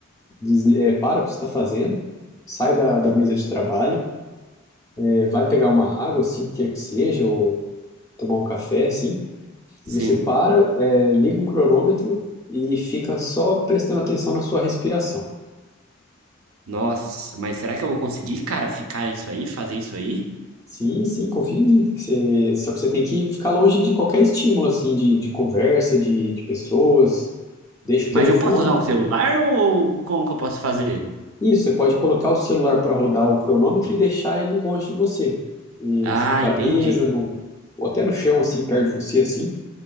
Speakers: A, on the left; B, on the right.
A: desli- é, para o que você está fazendo, sai da, da mesa de trabalho, é, vai pegar uma água, assim, o que quer que seja, ou tomar um café, assim
B: Sim.
A: Você para, é, liga um cronômetro e fica só prestando atenção na sua respiração.
B: Nossa, mas será que eu vou conseguir, cara, ficar isso aí, fazer isso aí?
A: Sim, sim, confia em mim. Você- só que você tem que ficar longe de qualquer estímulo, assim, de, de conversa, de, de pessoas. Deixa o
B: Mas
A: telefone.
B: eu posso usar o celular ou como que eu posso fazer?
A: Isso, você pode colocar o celular para rodar o cronômetro e deixar ele longe de você. E
B: Ah,
A: Em cima da
B: entendi.
A: mesa, num, ou até no chão, assim, perto de você, assim.